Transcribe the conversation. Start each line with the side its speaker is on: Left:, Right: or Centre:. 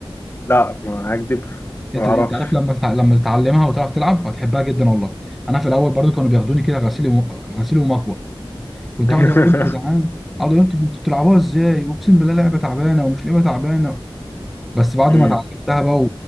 Left: لا ما هكدب
Centre: انت
Left: ما اعرفش
Centre: انت عارف لما تتع- لما تتعلمها وتعرف تلعب هتحبها جدا والله انا في الاول برضو كانوا بياخدوني كده غسيل وم... غسيل ومكوى كنت
Left: <laughs>
Centre: اقعد اقول لهم يا جدعان اقعد اقول لهم انتوا بتلعبوها ازاي اقسم بالله لعبه تعبانه ومش لعبه تعبانه بس بعد
Left: أمم،
Centre: ما اتعلمتها بقى